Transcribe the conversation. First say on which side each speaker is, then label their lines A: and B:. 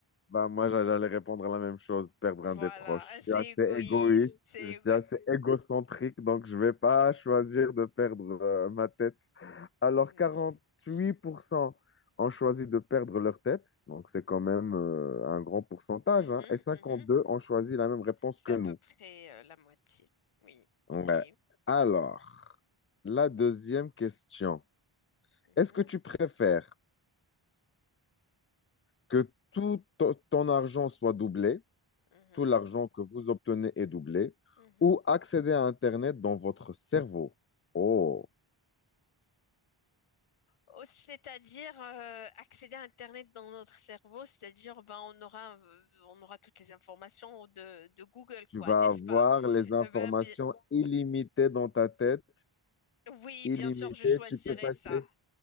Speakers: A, on the left; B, on the left.
A: bah moi j'a- j'allais répondre à la même chose, perdre
B: Voilà,
A: un des proches.
B: Ah,
A: Je
B: c'est
A: suis assez
B: égoïste,
A: égoïste,
B: c'est
A: je suis
B: égoïste.
A: assez égocentrique, donc je vais pas choisir de perdre euh, ma tête. Alors
B: <laughs>
A: 48% ont choisi de perdre leur tête, donc c'est quand même euh, un grand pourcentage,
B: Mhm,
A: hein, et
B: mhm.
A: deux ont choisi la même réponse
B: C'est
A: que
B: à
A: nous.
B: peu près euh, la moitié. Oui,
A: Ouais.
B: ok.
A: Alors. La deuxième question.
B: Mhm,
A: Est-ce que tu préfères que tout to- ton argent soit doublé,
B: mhm,
A: tout l'argent que vous obtenez est doublé,
B: mhm.
A: ou accéder à Internet dans votre cerveau? Oh,
B: Oh, C'est-à-dire euh, accéder à Internet dans notre cerveau, c'est-à-dire ben on aura euh, on aura toutes les informations de, de Google
A: tu
B: quoi,
A: vas
B: n'est-ce
A: avoir
B: pas?
A: les informations
B: Euh, Ben bi-
A: illimitées dans ta tête,
B: oui,
A: illimitées.
B: bien sûr, je choisirais
A: Tu peux passer.
B: ça.